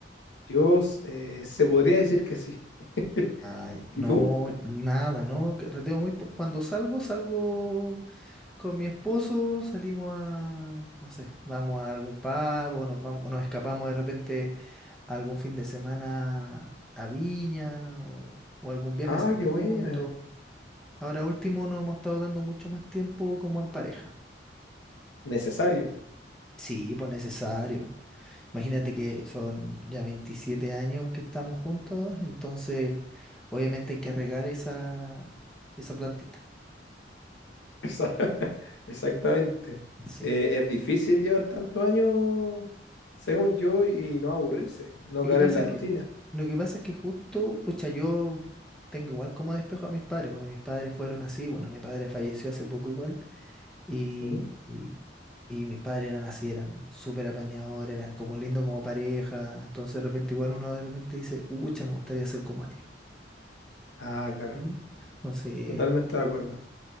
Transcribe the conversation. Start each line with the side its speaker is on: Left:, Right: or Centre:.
Left: Yo, eh, se podría decir que sí. <laughs>
Centre: Ay,
Left: ¿Y
Centre: no,
Left: tú?
Centre: nada, no, carreteo muy po- Cuando salgo, salgo con mi esposo, salimos a, no sé, vamos a algún pub o nos vamos, o nos escapamos de repente algún fin de semana a Viña o, o algún viaje
Left: Ah,
Centre: hacemos
Left: qué buena.
Centre: juntos. Ahora último nos hemos estado dando mucho más tiempo como en pareja.
Left: Necesario.
Centre: Sí, pues necesario. Imagínate que son ya 27 años que estamos juntos, entonces obviamente hay que regar esa, esa plantita.
Left: Esa- <laughs> Exactamente.
Centre: Sí.
Left: Eh, es difícil llevar tantos años, según yo, y, y no aburrirse, no
Centre: Lo
Left: caer
Centre: que pasa
Left: en la
Centre: es
Left: rutina.
Centre: que, lo que pasa es que justo, pucha, yo tengo igual como despejo a mis padres, porque mis padres fueron así, bueno, mi padre falleció hace poco igual, y,
Left: Ujú.
Centre: y, y mis padres eran así, eran súper apañadores, eran como lindos como pareja, entonces de repente igual uno de repente dice, ucha, me gustaría ser como ellos.
Left: Ah, claro.
Centre: ¿sí? Entonces
Left: Totalmente de acuerdo.